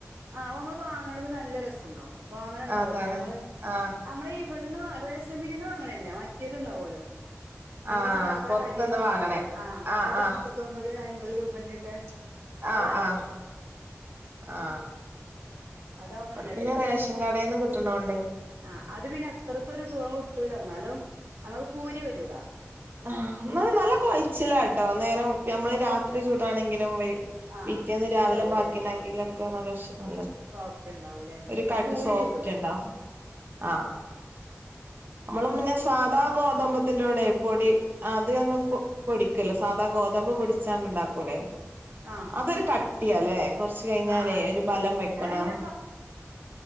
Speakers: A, on the right (about 60°); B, on the right (about 40°).
A: ആ അപ്പ നമ്മൾ വാങ്ങണത് നല്ല രസഇണ്ടാവും വാങ്ങണണ്ടാവല്ലോ
B: അതാണ്
A: നമ്മള്
B: ആഹ്
A: നമ്മള ഇവിടെ ഇവിടുന്ന് വങ്ങ റേഷൻപിടിയനു വാങ്ങനയല്ല മറ്റേത് ഉണ്ടാവുലോ നമ്മള്
B: ആഹ്
A: സകാതാ
B: പൊറത്ത്ന്ന്
A: കാടിന്ന് വാങ്ങണത്
B: വാങ്ങണേ
A: ആ
B: ആഹ്
A: അത് നാല്പത്തൊമ്പത്
B: ആഹ്
A: അയ്ബ ത് രൂപന്റെ ഒക്കെ
B: ആ
A: അത് നല്ല
B: ആ
A: ടേസ്റ്റ്
B: ആ
A: അതാവുമ്പോ
B: ഇവിടെ
A: നല്ല
B: പിന്നെ റേഷൻ കടേന്ന് കിട്ടണോണ്ടേ
A: ആ അത് പിന്നെ അത്രക്ക് ഒരു സുഖം കട്ടൂല എന്നാലും നമുക്ക് പൂരയൊക്കെ ചുടാം
B: ആ എന്ന നല്ല കൊഴച്ചിലാട്ടോ നേരം നമ്മള് രാത്രി ചൂടാണെങ്കിലും
A: ആഹ്
B: പിറ്റേന്ന് രാവിലെ
A: ഉണ്ടാവൂലേ
B: ബാക്കിണ്ടങ്കിലും
A: സോ
B: ഒക്കെ നല്ല ഉഷ നല്ലത്
A: സോഫ്റ്റ് ഉണ്ടാവൂലേ
B: ഒരു
A: പിന്നെ
B: കട്ട്
A: പൂരി
B: സോഫ്റ്റ്
A: ചൂടും
B: ഉണ്ടാവും ആ
A: ഉ <inaudible>
B: നമ്മള പിന്നെ സാധാ ഗോ ഗോതമ്പത്തിന്റെകൂടെപ്പൊടി അത്അ ന്ന് പൊടി പൊടിക്കല്ലോ സാധാ ഗോതമ്പ് പൊടിച്ചാണ ഉണ്ടാവ ഉലെ
A: ആഹ്
B: അതൊരു കട്ടിയല്ലെ കൊറച്ച് കഴിഞ്ഞാലേ
A: ആഹ്
B: ഒരു ബലം വെക്കണം
A: നല്ല